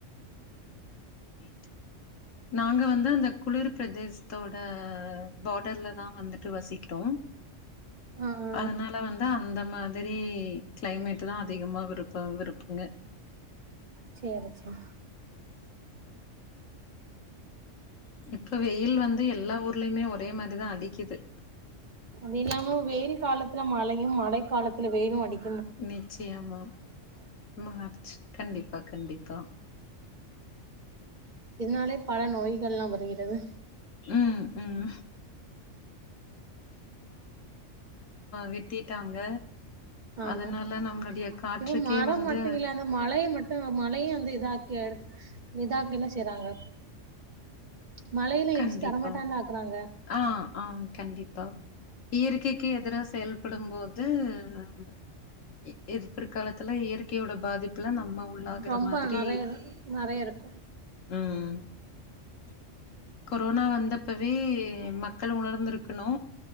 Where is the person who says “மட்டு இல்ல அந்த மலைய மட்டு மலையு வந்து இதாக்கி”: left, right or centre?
Right